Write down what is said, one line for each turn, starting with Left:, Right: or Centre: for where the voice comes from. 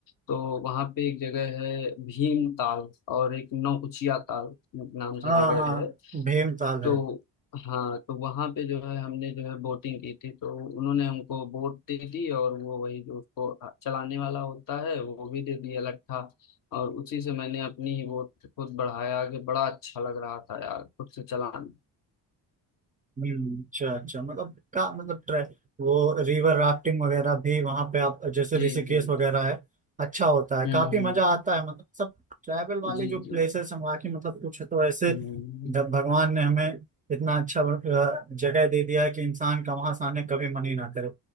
Left: तो वहां पे एक जगह है भीम ताल और एक नौकुचिया ताल नाम से
Right: हाँ
Left: जगह
Right: हाँ
Left: है
Right: भीमताल है
Left: तो हाँ तो वहाँ पे जो है हमने जो है बोटिंग की थी तो उन्होंने हमको बोट दे दी और वो वही जो उसको चलाने वाला होता है वो भी दे दिया लट्ठा और उसी से मैंने अपनी ही बोट खुद बढ़ाया आगे बड़ा अच्छा लग रहा था यार खुद से चलाना
Right: हम्म, अच्छा अच्छा मतलब का मतलब ट्रे वो रिवर राफ्टिंग वगैरह भी वहां पे आप जैसे
Left: जी
Right: ऋषिकेश
Left: जी
Right: वगैरह है अच्छा होता है
Left: हम्म
Right: काफी
Left: हम्म
Right: मजा आता है मतलब सब ट्रैवल वाले
Left: जी
Right: जो प्लेसेस
Left: जी
Right: हैं वहाँ की मतलब कुछ तो ऐसे
Left: हम्म
Right: द- भगवान ने हमें इतना अच्छा अ, जगह दे दिया है कि इंसान का वहां से आने कभी मन ही ना करे